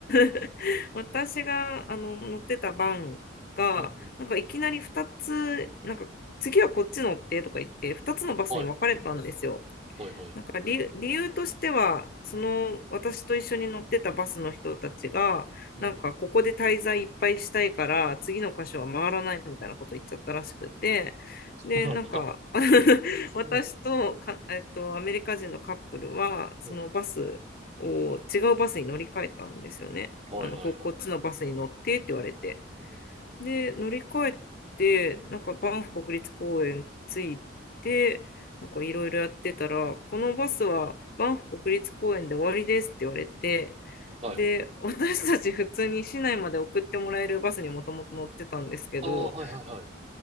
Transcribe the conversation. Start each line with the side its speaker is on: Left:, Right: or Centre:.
Left: <laughs> 私があの乗ってたバンが、
Right: うんうん。
Left: なんかいきなり2つ、なんか次はこっち乗ってとか言って、2つのバスに分かれたんですよ。
Right: はい。はいはい。
Left: なんか理由、理由としては、その私と一緒に乗ってたバスの人たちが、
Right: うん。
Left: なんかここで滞在いっぱいしたいから、次の箇所は回らないみたいなこと言っちゃったらしくて、で、
Right: <laughs>
Left: なんか <laughs> 私とか、
Right: うん
Left: えっと、アメリカ人のカップルは、そのバスを違うバスに乗り換えたんですよね。
Right: うん。はいはいはい。
Left: あの、ここっちのバスに乗ってって言われて。
Right: うん。
Left: で、乗り換えて、なんかバンフ国立公園着いて、なんかいろいろやってたら、このバスはバンフ国立公園で終わりですって言われて、
Right: はい。
Left: で、私たち普通に市内まで送ってもらえるバスにもともと乗ってたんですけど、
Right: ああ、はいはいはい。